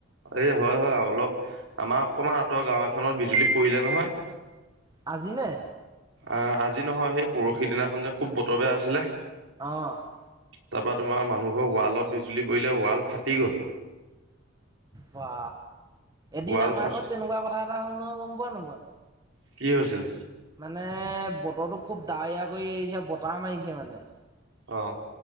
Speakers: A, on the right; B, on the right.
A: এই হয়, হয়, অলপ আমাৰ অকমান আঁতৰ গাঁও এখনত বিজুলী পৰিলে নহয়।
B: আজিনে?
A: অ', আজি নহয় সেই পৰহি দিনাখন যে খুব বতৰ বেয়া আছিলে।
B: অ
A: তাৰপৰা তোমাৰ মানুহঘৰ ৱালত বিজুলী পৰিলে ৱাল ফাটি গ'ল।
B: বা, এদিন
A: ৱাল
B: আমাৰ
A: ফাট
B: ঘৰত তেনেকুৱা কথা এটা হ'ল নহয় গম পোৱা নোবোৱা!
A: কি হৈছিলে?
B: মানে বতৰটো খুব ডাৱৰীয়া কৰি আহিছে বতাহ মাৰিছে মানে
A: অঁ।